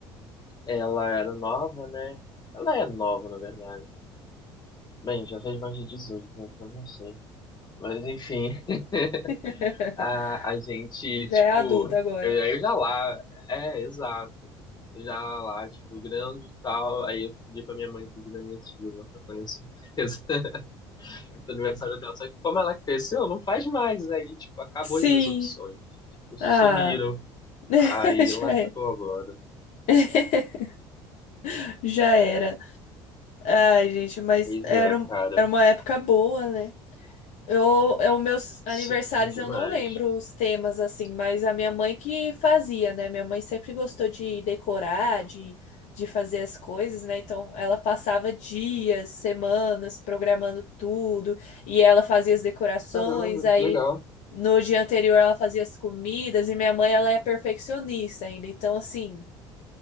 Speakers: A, on the left; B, on the left.
A: ela era nova, né? Ela é nova, na verdade. Bem, já fez mais de 18, né, então não sei. Mas, enfim. <laughs>
B: <laughs>
A: A, a gente,
B: Já
A: tipo,
B: é adulta agora.
A: eu, eu já lá, é, exato. Já lá, tipo, grande e tal. Aí eu pedi pra minha mãe pedir na minha tia uma sacolinha surpresa <laughs> do aniversário dela. Só que como ela cresceu, não faz mais. Aí, tipo, acabou
B: Sim.
A: as minhas opções. Tipo, sumiram.
B: Ah, <laughs>
A: Aí lascou
B: já era.
A: agora.
B: <laughs> Já era. Ai, gente, mas
A: Pois
B: era,
A: é,
B: um-
A: cara.
B: era uma época boa, né? Eu, eu, meus aniversários
A: Sim, demais.
B: eu não lembro os temas assim, mas a minha mãe que fazia, né? Minha mãe sempre gostou de decorar, de, de fazer as coisas, né? Então ela passava dias, semanas programando tudo e ela fazia as decorações.
A: Caramba,
B: Aí
A: que legal.
B: no dia anterior ela fazia as comidas e minha mãe ela é perfeccionista ainda, então assim